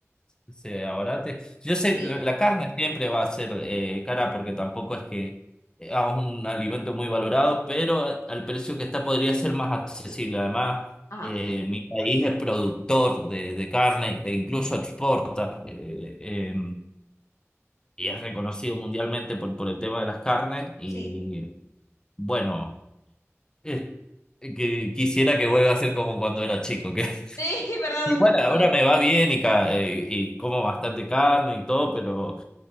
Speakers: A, on the left (about 15°); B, on the left (about 75°).
A: se abarate. Yo sé,
B: Sí.
A: la la carne siempre va a ser eh, cara porque tampoco es que es un alimento muy valorado, pero a- al precio que está podría ser más accesible. Además,
B: Ajá.
A: eh, mi país es productor de, de carne e incluso exporta. eh, eh, y es reconocido mundialmente por, por el tema de las carnes y
B: Sí.
A: bueno, eh, que quisiera que vuelva a ser como cuando era chico, que <laughs>
B: Sí, <laughs> ¿verdad?
A: igual
B: Donde cuando.
A: ahora me va bien y, ca- eh, y como bastante carne y todo, pero...